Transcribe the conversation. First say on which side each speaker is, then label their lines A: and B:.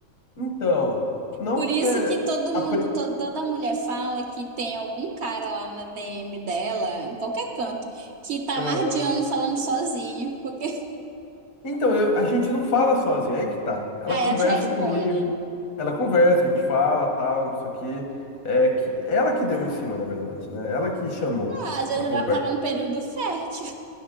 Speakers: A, on the left (about 75°); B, on the right (about 55°).
A: Então, não
B: Por
A: porque.
B: isso que todo
A: a
B: mundo,
A: pri-
B: to- toda mulher fala que tem algum cara lá na DM dela, em qualquer canto, que tá
A: Aham.
B: mardeando falando sozinho, porque
A: Então, eu- a gente não fala sozinho, é aí que tá.
B: <laughs>
A: Ela
B: aí
A: conversa
B: ela te responde.
A: comigo, ela conversa, a gente fala, tal, não sei o quê. É que ela que deu em cima, na verdade, né? Ela que chamou
B: Ah, às vezes
A: pra conversa.
B: ela tava no período fértil.